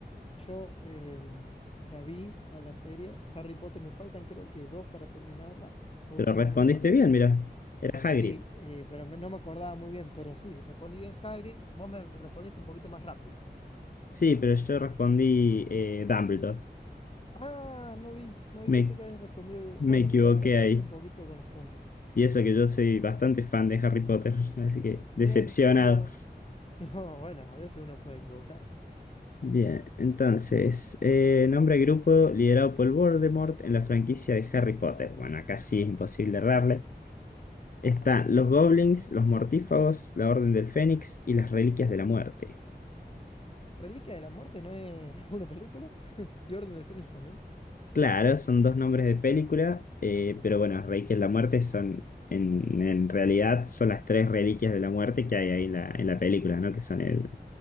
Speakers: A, on the left; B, on the left.
A: yo em, la vi a la serie. Harry Potter me faltan creo que dos para terminarla. Las
B: Pero
A: últimas
B: respondiste
A: dos va.
B: bien, mira. Era Hagrid.
A: Sí, eh, pero me- no me acordaba muy bien, pero sí, respondí bien Hagrid. Vos me respondiste un poquito más rápido.
B: Sí, pero yo respondí eh, Dumbledore.
A: Ah, no vi, no vi,
B: Me,
A: pensé que habías respondido.
B: me
A: Bueno,
B: equivoqué
A: mira, ahí te alcancé
B: ahí.
A: un poquito con los puntos.
B: Y eso que yo soy bastante fan de Harry Potter, <laughs> así que
A: Mira,
B: decepcionado.
A: mira vos. <laughs> No, bueno, a veces uno puede equivocarse.
B: Bien, entonces, eh, nombre al grupo liderado por Voldemort en la franquicia de Harry Potter. Bueno, acá sí es imposible errarle. Están
A: Oh,
B: los goblins, los mortífagos, la Orden del Fénix y las Reliquias de la Muerte.
A: Reliquia de la Muerte no es <laughs> una película. <laughs> Y Orden del Fénix también.
B: Claro, son dos nombres de película, eh, pero bueno, las Reliquias de la Muerte son, en, en realidad, son las tres Reliquias de la Muerte que hay ahí en la, en la película, ¿no? Que son el,